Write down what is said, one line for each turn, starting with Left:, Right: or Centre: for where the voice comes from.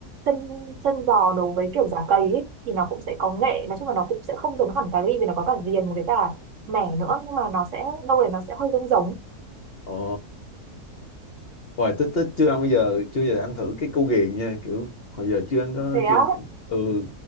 Right: chân chân giò nấu với kiểu giả cầy ấy, thì nó cũng sẽ có nghệ nói chung là nó cũng sẽ không giống hẳn cà ri vì nó có cả riềng với cả mẻ nữa nhưng mà nó sẽ đâu đấy nó sẽ hơi giống giống
Left: ồ Hoài tích tích chưa ăn bao giờ chưa bao giờ ăn thử cái cu ghiền nha kiểu hồi giờ chưa ăn có
Right: Thế á
Left: chưa ừ